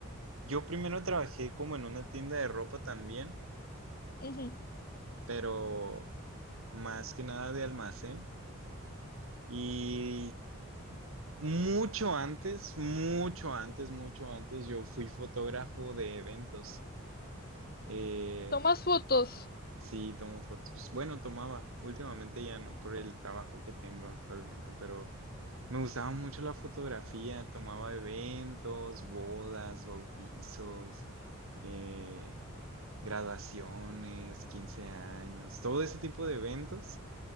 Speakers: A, on the right; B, on the left.
A: Yo primero trabajé como en una tienda de ropa también.
B: Ujú.
A: pero más que nada de almacén. Y mucho antes, mucho antes, mucho antes, yo fui fotógrafo de eventos. Eh,
B: ¿Tomas fotos?
A: sí, tomo fotos. Bueno, tomaba. Últimamente ya no, por el trabajo que tengo actualmente, pero me gustaba mucho la fotografía. Tomaba eventos, bodas, bautizos. eh, graduaciones, 15 años, todo ese tipo de eventos,